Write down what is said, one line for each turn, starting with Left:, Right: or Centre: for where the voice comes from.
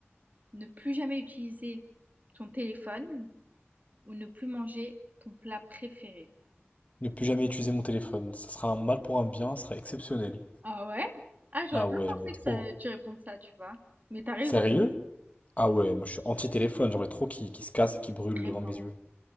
Right: ne plus jamais utiliser ton téléphone ou ne plus manger ton plat préféré?
Left: Ne plus jamais utiliser mon téléphone. Ça sera un mal pour un bien, ça sera exceptionnel.
Right: Ah ouais? Ah, j'aurais
Left: Ah
Right: pas
Left: ouais, j'aimerais
Right: pensé
Left: trop.
Right: que t'a- tu répondes ça, tu vois. Mais t'as raison,
Left: Sérieux? Ah ouais, moi je suis anti-téléphone, j'aimerais trop qu'il qu'il se casse et qu'il brûle
Right: vraiment,
Left: devant mes yeux.